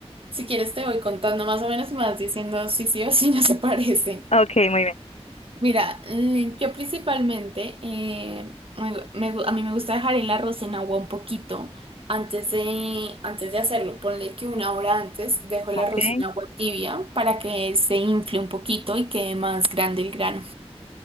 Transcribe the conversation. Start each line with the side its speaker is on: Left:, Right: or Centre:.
Right: Si quieres te voy contando más o menos y me vas diciendo si sí o si no se <laughs> parece
Left: Ok, muy bien.
Right: Mira, mm, yo principalmente, eh, me gu- me gu- a mí me gusta dejar el arroz en agua un poquito antes de, antes de hacerlo. Ponle que una hora antes dejo el
Left: Ok.
Right: arroz en agua tibia para que se infle un poquito y quede más grande el grano.